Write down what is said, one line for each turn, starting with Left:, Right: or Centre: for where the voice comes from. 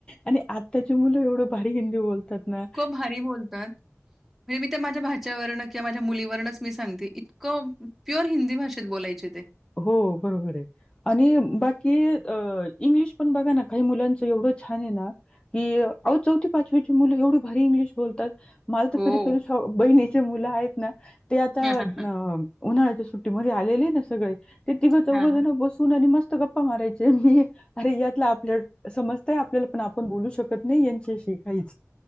Left: आणि आंत्ताची मुलं एवढं भारी हिन्दी बोलतात ना
Centre: खूंप भारी बोलतांत म्हणजे मी तरं माझ्यां भाच्यांवरण किंवा माझ्यां मुलीवरूंनच मी सांगते इतकं फ्युवर हिन्दी भाषेत बोलायचे ते
Left: हो बरोबर आहे आणि बाकी अं इंग्लिश पणं बघां नां कांहीं मुलांचं एवढं छान आहे नां की अंहो चौथी पांचवीची मुलं एवढी भारी इंग्लिश बोलतात मंला तरं
Centre: हो.
Left: कधीं कधीं बहिणीचे मुलं आहेतं नां ते आंता
Centre: हां, हां,
Left: अं
Centre: हां.
Left: उन्हाळ्यांच्या सुट्टीमध्यें आलेले नां सगळें ते तिघं चौघंजणं
Centre: हां, हां.
Left: बसूंन आणि मस्तं ते गप्पां मारांयचे मी अरे यांतला आपल्यां समजतांय आपल्यांला पणं आपणं बोलूं शकतं नाहीं यांच्याशी काहींचं